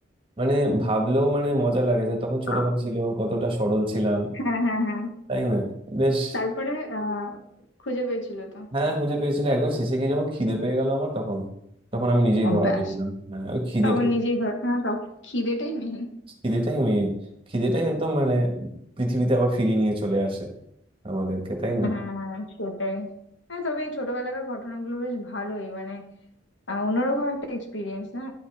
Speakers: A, on the right; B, on the left.
A: মানে ভাবলেও মানে মজা লাগে যে তখন ছোটবেলা
B: আ-
A: ছিল কতটা সরল ছিলাম
B: হ্যাঁ হ্যাঁ হ্যাঁ
A: তাই না বেশ
B: তারপরে আহ খুঁজে পেয়েছিল তো
A: হ্যাঁ খুঁজে পেয়েছিল একদম শেষে গিয়ে যখন খিদে পেয়ে গেল আমার তখন তখন আমি নিজেই
B: অভ্যাস
A: ধরা দিয়ে দিলাম হ্যাঁ ওই খিদেটাই
B: তখন নিজেই ধর হ্যাঁ তখন খিদেটাই মেইন
A: খিদেটাই মেইন খিদেটাই একদম মানে পৃথিবীতে আবার ফিরিয়ে নিয়ে চলে আসে আমাদেরকে তাই না
B: হ্যাঁ সেটাই হ্যাঁ তবে এই ছোটবেলাকার ঘটনাগুলো বেশ ভালোই মানে আহ, অন্যরকম একটা এক্সপিরিয়েন্স না